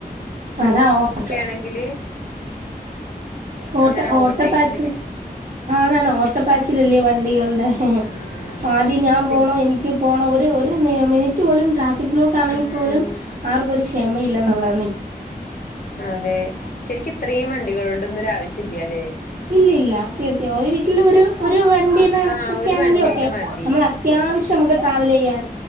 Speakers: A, on the right; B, on the left.
A: അതാ ഓട്ട
B: ആണെങ്കില്
A: ഓട്ട
B: അങ്ങനെ
A: ഓട്ടപ്പാച്ചില്
B: ഓവർടേക്ക് ചെയ്തിട്ടൊക്കെ
A: ആണാണ് ഓട്ടപ്പാച്ചിലല്ലയോ വണ്ടികളുടെ ഹ് ഹ്
B: ആഹ്
A: ആദ്യം ഞാൻ
B: ശരി
A: പോണോ എനിക്ക് പോണോ ഒരു ഒരു നിയ മിനിറ്റ് പോലും ട്രാഫി ബ്ലോക്കാണെങ്കിൽ
B: ഉം
A: പോലും ആർക്കൊരു ശ എമയില്ലന്നൊള്ള
B: അതെ ശരിക്ക് ഇത്രീം വണ്ടികളുടെ ന്നൊരു ആവശ്യല്ലാല്ലേ
A: ഇല്ലില്ലാ തീർച്ച ഒരു വീട്ടിൽ ഒരു ഒരു വണ്ടീന്ന കണക്കൊക്കെ
B: ആഹ് ഒരു
A: യാണെങ്കി
B: വണ്ടിയൊക്കെ
A: ഓക്കെ
B: മതി
A: നമ്മൾ അത്യാവശ്യം മക്ക് ട്രാവല് ചെയ്യാൻ